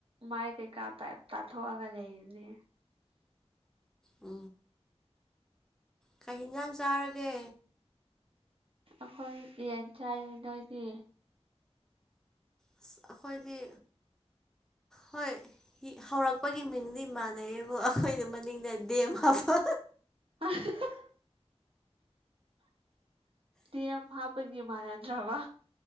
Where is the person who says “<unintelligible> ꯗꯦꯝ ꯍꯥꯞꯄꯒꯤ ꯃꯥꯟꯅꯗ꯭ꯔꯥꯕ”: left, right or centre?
Right